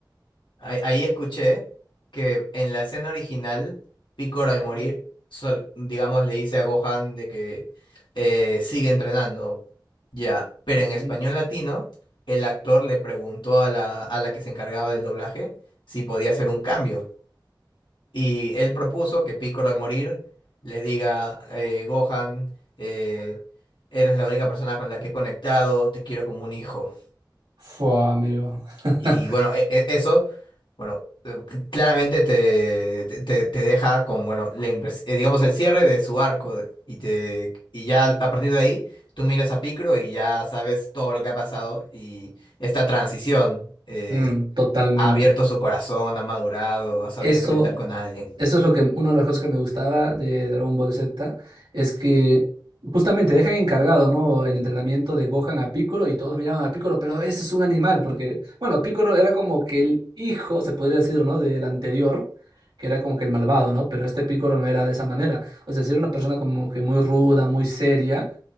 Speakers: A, on the left (about 85°); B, on the right (about 80°).
A: ahí ahí escuché que en la escena original, Pícoro al
B: Ujú,
A: morir, sol- digamos, le dice a Gohan de que eh, sigue entrenando, ya. Pero
B: ujú.
A: en español latino, el actor le preguntó a la, a la que se encargaba del doblaje si podía hacer un cambio. Y él propuso que Piccolo al morir le diga, eh, Gohan, eh, eres la única persona con la que he conectado, te quiero como un hijo.
B: Fua, amigo. <laughs>
A: Y bueno, e- e- eso, bueno, eh, c- claramente te, te, te- te deja con, bueno, la impres- eh, digamos, el cierre de su arco. Y, te, y ya a partir de ahí, tú miras a Piccolo y ya sabes todo lo que ha pasado y esta transición. eh,
B: Mm, totalmente.
A: ha abierto su corazón, ha madurado, ha sabido
B: Eso,
A: conectar con alguien.
B: eso es lo que, una de las cosas que me gustaba de Dragon Ball Z, es que justamente dejan encargado, ¿no? El entrenamiento de Gohan a Piccolo y todos miraban a Piccolo, pero ese es un animal, porque, bueno, Piccolo era como que el hijo, se podría decir, ¿no? Del anterior, que era como que el malvado, ¿no? Pero este Piccolo no era de esa manera. O sea, sí era una persona como que muy ruda, muy seria,